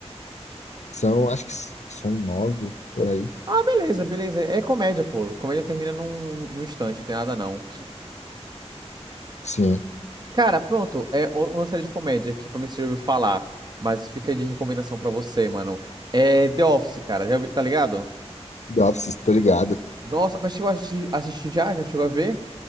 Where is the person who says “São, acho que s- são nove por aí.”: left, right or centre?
Left